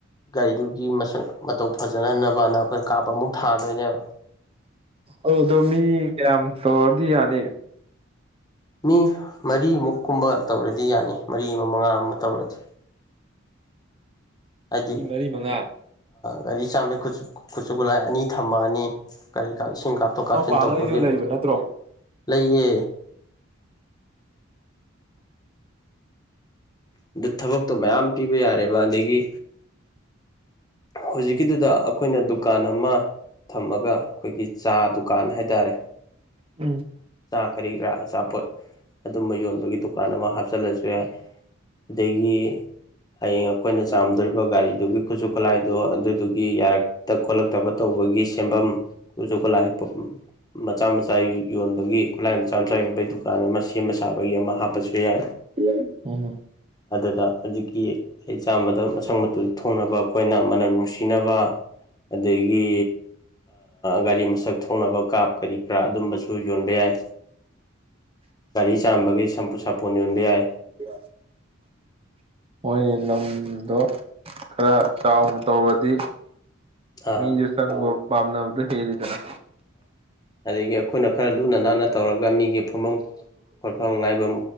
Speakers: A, on the left (about 20°); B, on the right (about 30°).
A: ꯒꯥꯔꯤꯗꯨꯒꯤ ꯃꯁꯛ ꯃꯇꯧ ꯐꯖꯅꯍꯟꯅꯕꯅ ꯑꯩꯈꯣꯏ ꯀꯥꯞꯄ ꯑꯃꯨꯛ ꯊꯥꯗꯣꯏꯅꯦꯕ
B: ꯑ ꯑꯗꯣ ꯃꯤ ꯀꯌꯥꯝ ꯇꯧꯔꯗꯤ ꯌꯥꯅꯤ
A: ꯃꯤ ꯃꯔꯤꯃꯨꯛ ꯀꯨꯝꯕ ꯇꯧꯔꯗꯤ ꯌꯥꯅꯤ ꯃꯔꯤ ꯑꯃ ꯃꯉꯥ ꯑꯃ ꯇꯧꯔꯗꯤ ꯍꯥꯏꯗꯤ
B: ꯃꯤ ꯃꯔꯤ ꯃꯉꯥ
A: ꯒꯥꯔꯤ ꯆꯥꯝꯃꯩ ꯈꯨꯠꯁꯨ ꯈꯨꯠꯂꯥꯏ ꯑꯅꯤ ꯊꯝꯃꯛꯑꯅꯤ ꯀꯔꯤ ꯀꯥ ꯏꯁꯤꯡ ꯀꯥꯞꯊꯣꯛ ꯀꯥꯞꯁꯤꯟ
B: ꯅꯅꯥꯎꯄꯥꯉꯩꯁꯨ
A: ꯇꯧꯕꯒꯤ
B: ꯂꯩꯕ ꯅꯠꯇ꯭ꯔꯣ
A: ꯂꯩꯌꯦ ꯑꯗꯨ ꯊꯕꯛꯇꯣ ꯃꯌꯥꯝ ꯄꯤꯕ ꯌꯥꯔꯦꯕ ꯑꯗꯒꯤ ꯍꯧꯖꯤꯛꯀꯤꯗꯨꯗ ꯑꯩꯈꯣꯏꯅ ꯗꯨꯀꯥꯟ ꯑꯃ ꯊꯝꯃꯒ ꯑꯩꯈꯣꯏꯒꯤ ꯆꯥ ꯗꯨꯀꯥꯟ ꯍꯥꯏꯇꯥꯔꯦ
B: ꯎꯝ
A: ꯆꯥ ꯀꯔꯤ ꯀꯔꯥ ꯑꯆꯥꯄꯣꯠ ꯑꯗꯨꯝꯕ ꯌꯣꯟꯕꯒꯤ ꯗꯨꯀꯥꯟ ꯑꯃ ꯍꯥꯞꯆꯜꯂꯁꯨ ꯌꯥꯏ ꯑꯗꯒꯤ ꯍꯌꯦꯡ ꯑꯩꯈꯣꯏꯅ ꯆꯥꯝꯗꯣꯔꯤꯕ ꯒꯥꯔꯤꯗꯨꯒꯤ ꯈꯨꯠꯁꯨ ꯈꯨꯠꯂꯥꯏꯗꯣ ꯑꯗꯨꯗꯨꯒꯤ ꯌꯥꯔꯛꯇ ꯈꯣꯠꯂꯛꯇꯕ ꯇꯧꯕꯒꯤ ꯁꯦꯝꯐꯝ ꯈꯨꯁꯨ ꯈꯨꯠꯂꯥꯏ ꯃꯆꯥ ꯃꯆꯥ ꯌꯣꯟꯕꯒꯤ ꯈꯨꯠꯂꯥꯏ ꯃꯆꯥ ꯃꯆꯥ ꯌꯣꯟꯕꯩ ꯗꯨꯀꯥꯟ ꯑꯃ ꯁꯦꯝꯕ ꯁꯥꯕꯒꯤ ꯑꯃ ꯍꯥꯞꯄꯁꯨ ꯌꯥꯏ
B: <unintelligible>
A: ꯑꯗꯨꯗ ꯍꯧꯖꯤꯛꯀꯤ ꯑꯩ ꯆꯥꯝꯕꯗ ꯃꯁꯛ ꯃꯇꯨ ꯊꯣꯡꯅꯕ ꯑꯩꯈꯣꯏꯅ ꯃꯅꯝ ꯅꯨꯡꯁꯤꯅꯕ ꯑꯗꯒꯤ ꯒꯥꯔꯤ ꯃꯁꯛ ꯊꯣꯡꯅꯕ ꯀꯥꯞ ꯀꯔꯤ ꯀꯔꯥ ꯑꯗꯨꯝꯕꯁꯨ ꯌꯣꯟꯕ ꯌꯥꯏ ꯒꯥꯔꯤ ꯆꯥꯔꯝꯕꯒꯤ ꯁꯝꯄꯨ ꯁꯥꯄꯣꯟ ꯌꯣꯟꯕ ꯌꯥꯏ
B: <inaudible> ꯃꯣꯏ ꯂꯝꯗꯣ ꯈꯔ ꯆꯥꯎꯅ ꯇꯧꯔꯗꯤ
A: ꯑꯥ
B: ꯃꯤꯁꯨ ꯆꯪꯕ ꯄꯥꯝꯅꯕꯗꯨ ꯍꯦꯜꯂꯤꯗꯅ
A: ꯑꯗꯒꯤ ꯑꯩꯈꯣꯏꯅ ꯈꯔ ꯂꯨꯅ ꯅꯥꯟꯅ ꯇꯧꯔꯒ ꯃꯤꯒꯤ ꯐꯃꯐꯝ ꯈꯣꯠ ꯐꯪ ꯉꯥꯏꯕ